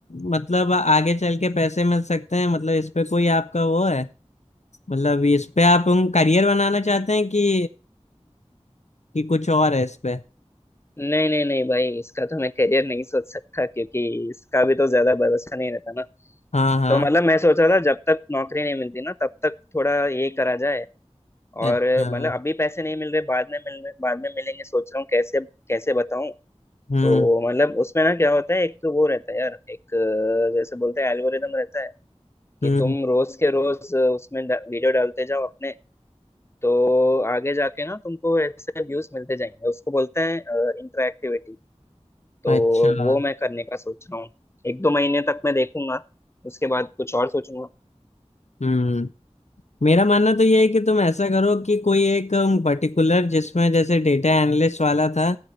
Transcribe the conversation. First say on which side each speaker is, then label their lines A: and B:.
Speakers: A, on the left; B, on the left.
A: मतलब आगे चल के पैसे मिल सकते हैं मतलब इस पे कोई आपका वो है मतलब इस पे आप हम करियर बनाना चाहते हैं कि कि कुछ और है इस पे
B: नहीं नहीं नहीं भाई इसका तो मैं करियर नहीं सोच सकता क्योंकि इसका भी तो ज्यादा भरोसा नहीं रहता ना
A: हाँ हाँ
B: तो मतलब मैं सोच रहा था जब तक नौकरी नहीं मिलती ना तब तक थोड़ा ये करा जाए
A: अच्छा
B: और मतलब अभी पैसे नहीं मिल रहे बाद में मिलने बाद में मिलेंगे सोच रहा हूँ कैसे कैसे बताऊं
A: हम्म
B: तो मतलब उसमें ना क्या होता है एक तो वो रहता है यार एक अ, जैसे बोलते हैं एल्गोरिदम रहता है कि
A: हम्म
B: तुम रोज के रोज अ, उसमें डा- वीडियो डालते जाओ अपने तो आगे जाके ना तुमको ऐसे व्यूज मिलते जाएंगे उसको बोलते हैं इंटरएक्टिविटी तो
A: अच्छा
B: वो मैं करने का सोच रहा हूँ एक दो महीने तक मैं देखूंगा उसके बाद कुछ और सोचूंगा
A: हम्म मेरा मानना तो ये है कि तुम ऐसा करो कि कोई एक पर्टिकुलर जिसमें जैसे डेटा एनालिस्ट वाला था